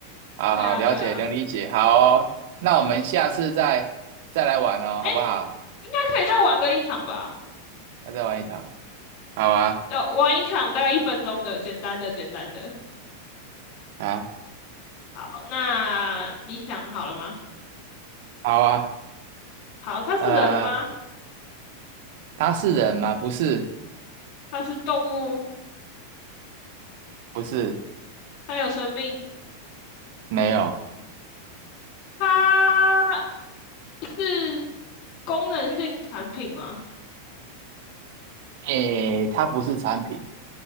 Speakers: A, on the right (about 50°); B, on the left (about 45°).
A: 好好了解能理解，
B: 对啊，对啊，
A: 好哦，那我们下次再再来玩哦，
B: 嗯，哎，
A: 好不好？
B: 应该可以再玩个一场吧，
A: 那再玩一场，好啊，
B: 就玩一场大概一分钟的，简单的，简单的。
A: 好，
B: 好，那你想好了吗？
A: 好啊，
B: 好，它是人吗？
A: 呃，它是人吗？不是，
B: 它是动物？
A: 不是，
B: 它有生命？
A: 没有，
B: 它是功能性产品吗？
A: 诶，它不是产品，